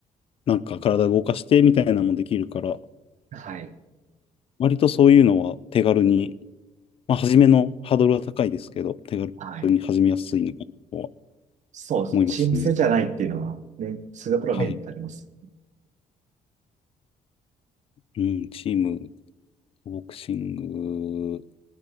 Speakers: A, on the left (about 40°); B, on the right (about 60°).
A: なんか体動かしてみたいなのもできるから、
B: う。はい。
A: 割とそういうのは手軽に、まあ、初めのハードルは高いですけど、手軽に始めやすいのかなとは
B: はい。そうですね。
A: 思いますね。
B: チーム制じゃないっていうのは、ね、そういうところはメリットあります。
A: はい。うん、チーム、ボクシング